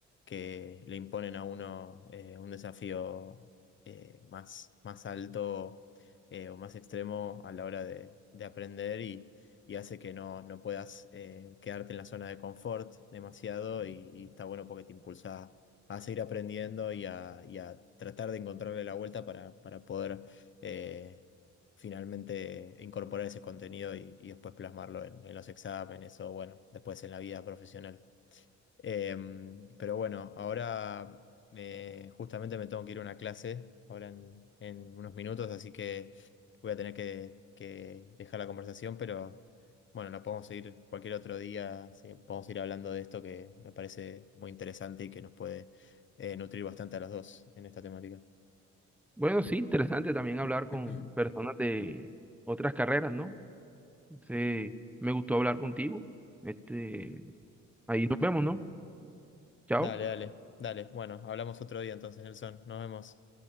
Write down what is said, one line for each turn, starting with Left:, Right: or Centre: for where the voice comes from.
Left: que le imponen a uno eh, un desafío eh, más, más alto eh, o más extremo a la hora de, de aprender y, y hace que no, no puedas eh, quedarte en la zona de confort demasiado y, y está bueno porque te impulsa a seguir aprendiendo y a, y a tratar de encontrarle la vuelta para, para poder... eh, finalmente incorporar ese contenido y, y después plasmarlo en, en los exámenes o bueno, después en la vida profesional. Em, pero bueno, ahora me- justamente me tengo que ir a una clase ahora en, en unos minutos, así que voy a tener que, que dejar la conversación, pero bueno, la podemos seguir cualquier otro día, sí, podemos ir hablando de esto que me parece muy interesante y que nos puede eh, nutrir bastante a los dos en esta temática.
Centre: Bueno, sí, interesante también hablar con
Left: <clears throat>
Centre: personas de otras carreras, ¿no? Entonces, me gustó hablar contigo. Este, ahí nos vemos, ¿no? Chao.
Left: Dale, dale, dale. Bueno, hablamos otro día entonces, Nelson. Nos vemos.